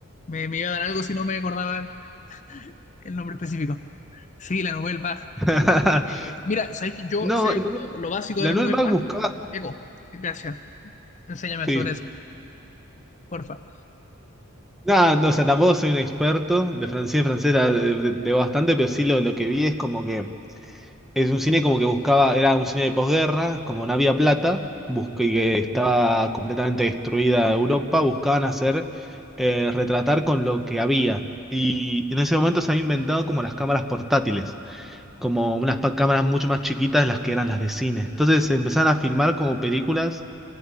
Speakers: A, on the left; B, in the centre.
A: me, me iba a dar algo si no me acordaba el, el nombre específico. Sí, la Nouvelle Vague.
B: <laughs>
A: Eh, mira, sabéis que yo
B: No,
A: sé
B: el-
A: como lo básico
B: la
A: de la
B: Nouvelle
A: Nouvelle
B: Vague
A: Vague.
B: buscaba.
A: Eco, gracias. Enséñame
B: Sí.
A: sobre eso, porfa.
B: Nada, no, o sea, tampoco soy un experto de francés, francés la- de- de- de bastante, pero sí lo, lo que vi es como que Es un cine como que buscaba, era un cine de posguerra, como no había plata, busque- y que estaba completamente destruida Europa, buscaban hacer, eh, retratar con lo que había. Y en ese momento se había inventado como las cámaras portátiles, como unas pa- cámaras mucho más chiquitas de las que eran las de cine. Entonces se empezaron a filmar como películas,